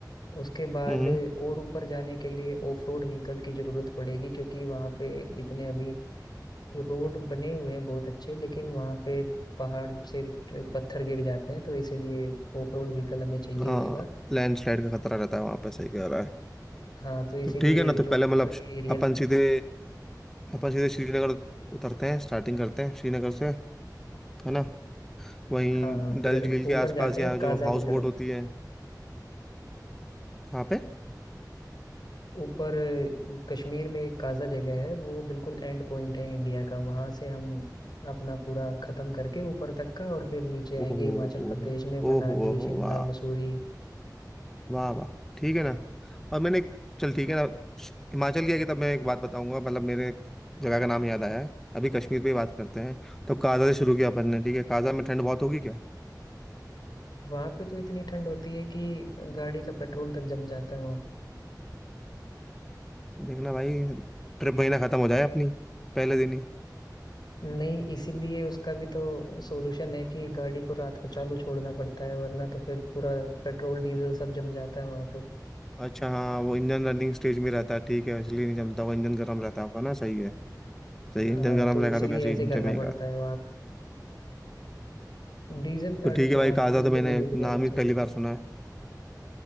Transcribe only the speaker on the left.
उसके बाद
और ऊपर जाने के लिए ऑफ रोड व्हीकल की जरूरत पड़ेगी क्योंकि वहाँ पे इतने अभी रोड बने हुए हैं बहुत अच्छे लेकिन वहाँ पे पहाड़ से पत्थर गिर जाते हैं तो इसीलिए ऑफ रोड व्हीकल हमें चाहिए
होगा
हाँ तो इसीलिए
जो
ऊपर
के एरिया
है
हाँ
फिर
ऊपर
जाते
हैं काजा
की तरफ
ऊपर अ, कश्मीर में एक काजा जगह है वो बिल्कुल एंड पॉइंट है इंडिया का वहां से हम अपना पूरा खत्म करके ऊपर तक का और फिर नीचे आएंगे
हिमाचल
प्रदेश में मनाली
शिमला
मसूरी
वहां पे तो इतनी ठंड होती है कि गाड़ी का पेट्रोल तक जम जाता है वहां पे
नहीं इसीलिए उसका भी तो सोल्यूशन है कि गाड़ी को रात को चालू छोड़ना पड़ता है वरना तो फिर पूरा पेट्रोल डीजल सब जम जाता है वहां पे
हाँ
तो
इसीलिए
ऐसे
करना
पड़ता है वहाँ डीजल गाड़ी
तो
वहां
पे बिल्कुल
नहीं लेके जानी
चाहिए